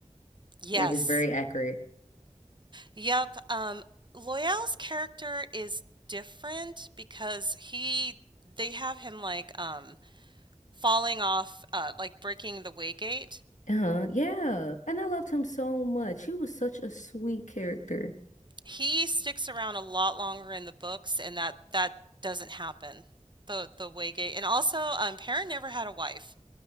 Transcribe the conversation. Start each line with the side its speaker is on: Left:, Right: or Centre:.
Right: Yes,
Left: Like it's very accurate.
Right: yep. Um, Loyal's character is different because he, they have him like um falling off, uh, like breaking the Waygate.
Left: Uh-huh. Yeah. And I loved him so much. He was such a sweet character.
Right: He sticks around a lot longer in the books, and that that doesn't happen. The the Waygate, and also, um, Perrin never had a wife.